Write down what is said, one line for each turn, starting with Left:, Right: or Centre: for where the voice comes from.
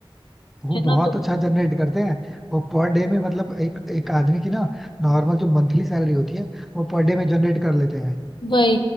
Centre: वो
Left: है
Centre: बहुत
Left: ना तो
Centre: अच्छा जनरेट करते हैं वो पर डे में मतलब एक एक आदमी की ना नॉर्मल जो मंथली सैलरी होती है वो पर डे में जनरेट कर लेते हैं
Left: वही